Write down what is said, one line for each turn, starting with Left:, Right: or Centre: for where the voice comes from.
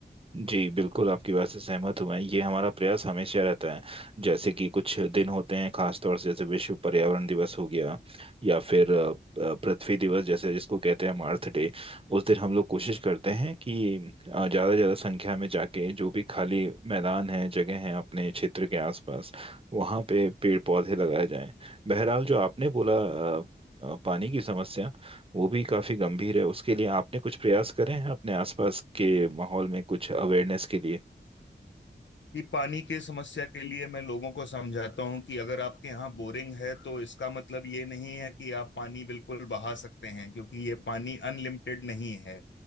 Right: जी बिल्कुल आपकी बात से सहमत हूं मैं ये हमारा प्रयास हमेशा रहता है जैसे कि कुछ दिन होते हैं खास तौर से जैसे विश्व पर्यावरण दिवस हो गया या फिर अ, अ, पृथ्वी दिवस जैसे जिसको कहते हैं हम अर्थ डे उस दिन हम लोग कोशिश करते हैं कि ज़्यादा से ज़्यादा संख्या में जाके जो भी खाली मैदान है जगह है अपने क्षेत्र के आसपास वहाँ पे पेड़ पौधे लगाए जाएं बहरहाल जो आपने बोला अ, अ, पानी की समस्या वो भी काफी गंभीर है उसके लिए आपने कुछ प्रयास करे हैं अपने आसपास के माहौल में कुछ अवेयरनेस के लिए
Left: कि पानी की समस्या के लिए मैं लोगों को समझाता हूँ कि अगर आपके यहाँ बोरिंग है तो इसका मतलब ये नहीं है कि आप पानी बिल्कुल बहा सकते हैं क्योंकि ये पानी अनलिमिटेड नहीं है